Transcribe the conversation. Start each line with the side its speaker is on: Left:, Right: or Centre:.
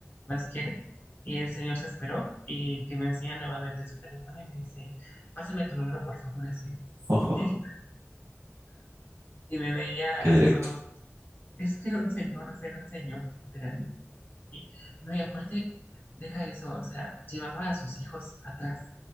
Left: más quiere. Y el señor se esperó y que me enseña nuevamente su teléfono y me dice, pásame tu número, por favor, así.
Right: Ojo,
Left: <laughs> Y me veía
Right: qué
Left: a
Right: directo.
Left: los ojos, es que era un señor, o sea, era un señor, literalmente. Y, no, y aparte, deja eso, o sea, llevaba a sus hijos atrás